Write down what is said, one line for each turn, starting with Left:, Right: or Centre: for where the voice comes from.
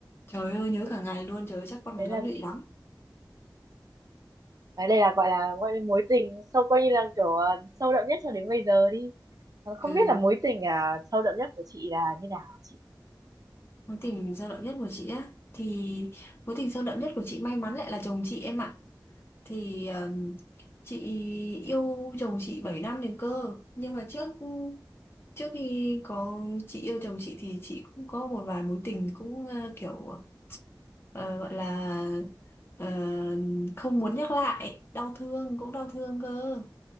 Left: Trời ơi nhớ cả ngày luôn, trời ơi chắc con này
Right: đấy
Left: nó
Right: là
Left: lụy lắm.
Right: đấy đây là gọi là gọi là mối tình sâu coi như là kiểu ờ, sâu đậm nhất cho đến bây giờ đi Ờ,
Left: Ừ.
Right: không biết là mối tình à, sâu đậm nhất của chị là như nào hả chị
Left: mối tình sâu đậm nhất của chị á thì mối tình sâu đậm nhất của chị may mắn lại là chồng chị em ạ thì ờm, chị yêu chồng chị 7 năm liền cơ nhưng mà trước trước khi có chị yêu chồng chị thì chị cũng có một vài mối tình cũng ờ, kiểu ờ, gọi là ờ, không muốn nhắc lại đau thương cũng đau thương cơ